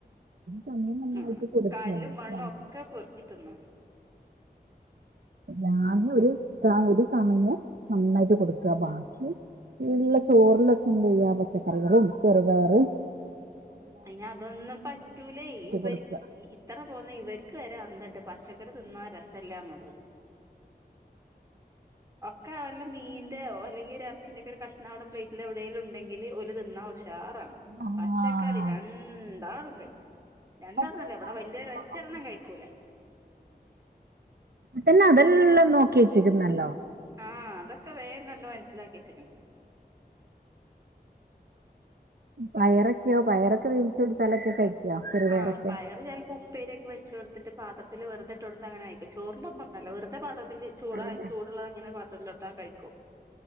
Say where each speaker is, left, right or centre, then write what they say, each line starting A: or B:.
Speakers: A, on the right; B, on the right.
A: സമയം നന്നായിട്ട്
B: ആ
A: കൊടുക്കാണ്
B: കാല്ലും മണ്ണും ഒക്കെ പൊറുക്കി തിന്നും.
A: രാവിലെ ഒരു ഒരു സമയം നന്നായിട്ട് കൊടുക്കുക ബാക്കി. ഇള്ള ചോറിലൊക്കെ എന്ത് ചെയ്യാ പച്ചക്കറികളും ചെറുപയറും
B: അയിന് അതൊന്നും പറ്റൂലേയ് ഇവർ
A: കൊടുക്കുക
B: ഇത്ര പോന്ന ഇവർക്ക് വ അന്തുണ്ട് പച്ചക്കറി തിന്നാ രസല്ലാ എന്നതത്. ഒക്കെ വല്ല മീൻ. അല്ലെങ്കിൽ ഒരു അച്ചൻന്റെ ഒക്കെ കഷ്ണം അവിടെ പ്ലെറ്റിൽ എവിടേ ഉണ്ടെങ്കില് ഒരു തിന്നാവശം. ചാറാണ്
A: ആഹ്
B: പച്ചക്കറി രണ്ടാളും കഴിക്കും. രണ്ടാന്നുംല്ല
A: ഇപ്പൊ തന്നെ
B: ഇവിടെ
A: അതെല്ലാം
B: വല്ലിയെ ഒറ്റെരെണ്ണം
A: നോക്കി
B: കഴിക്കൂല.
A: പിന്നെ അതെല്ലാം നോക്കി വച്ചിക്കുന്നല്ലോ.
B: ആഹഅതൊക്കെ വേം കണ്ടു മനസ്സിലാക്കി വച്ചക്കണ്.
A: പയറ യോ പയറൊക്കെ വേവിച്ചോട്തലത്രേ കഴിക്കോ ചെറുപേരൊക്കെ.
B: ആഹ് പയറ് ചിലപ്പോ ഉപ്പേരിയൊക്കെ വെച്ച് കൊടുത്തിട്ട് പാത്രത്തിൽ വെറുതെട്ടൊടുത്ത അങ്ങനെയക്ക ചോറിന്റെ ഒപ്പൊന്നല്ല വെറുതെ പാത്രത്തിത്തില് ചൂട
A: വെറുതെ
B: ചൂടുള്ള അങ്ങനെ <unintelligible> കഴിക്കും